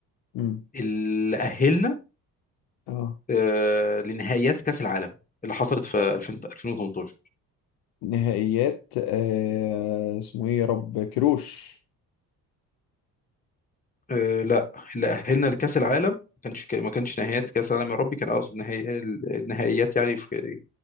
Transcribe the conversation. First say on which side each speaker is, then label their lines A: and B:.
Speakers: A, on the left (about 50°); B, on the left (about 15°).
A: مم.
B: اللي اهلنا
A: اه
B: آه، لنهائيات كأس العالم اللي حصلت في 2000 2018
A: نهائيات آه اسمه ايه يا رب كروش
B: آه لا اللي أهلنا لكأس العالم ما كانش ما كانش نهائيات كأس العالم يا ربي كان أقصد نهائي النهائيات يعني في